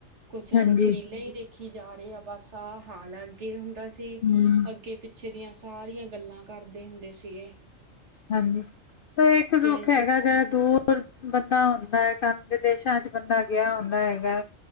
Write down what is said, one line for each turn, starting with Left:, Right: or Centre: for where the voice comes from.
Right: ਕੁਛ ਨਾ
Left: ਹਾਂਜੀ,
Right: ਕੁਛ ਰੀਲਾਂ ਹੀ ਦੇਖੀ ਜਾ ਰਹੀ ਆ ਬਸ ਸਾਲ ਅੱਗੇ ਹੁੰਦਾ ਸੀ
Left: ਹੂੰ,
Right: ਅੱਗੇ- ਪਿੱਛੇ ਇਥੇ ਦੀਆਂ ਸਾਰੀਆਂ ਗੱਲਾਂ ਕਰਦੇ ਹੁੰਦੇ ਸੀਗੇ।
Left: ਹਾਂਜੀ, ਤੇ ਇੱਕ
Right: ਤੇ
Left: ਦੁੱਖ ਹੈਗਾ ਜਿਹੜਾ ਦੂਰ ਬੰਦਾ ਹੁੰਦਾ ਹੈ ਕ ਵਿਦੇਸ਼ਾਂ 'ਚ ਬੰਦਾ ਗਿਆ ਹੁੰਦਾ ਹੈਗਾ।